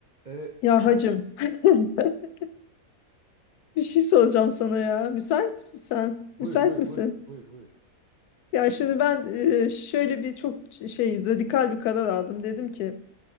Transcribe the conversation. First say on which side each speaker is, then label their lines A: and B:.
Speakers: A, on the right (about 55°); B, on the left (about 75°).
A: E,
B: Ya
A: kank
B: hacım <laughs> bir şey soracağım sana ya. Müsait misin?
A: buyur
B: Müsait
A: buyur
B: misin?
A: buyur buyur buyur.
B: Ya şimdi ben e, şöyle bir çok şey radikal bir karar aldım. Dedim ki